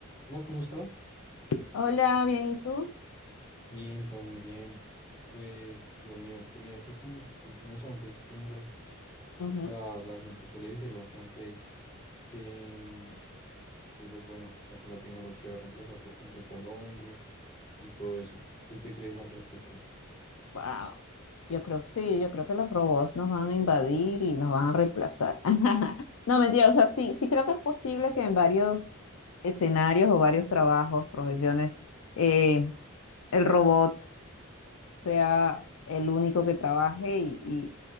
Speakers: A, on the left; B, on the left.
A: Hola, ¿cómo estás?
B: Hola, bien, ¿y tú?
A: Bien, todo muy bien. Pues, Dios mío, es que mira que con los últimos avances tecnológicos,
B: Ujú,
A: o sea, la gente suele decir bastante que, mm, que pues bueno, o sea, que la tecnología va a reemplazar por completo al hombre y todo eso. ¿Tú qué crees al respecto?
B: Wow, yo creo que sí, yo creo que los robots nos van a invadir y nos van a reemplazar. <laughs> No, mentira, o sea, sí, sí creo que es posible que en varios escenarios o varios trabajos, profesiones, eh, el robot sea el único que trabaje y, y-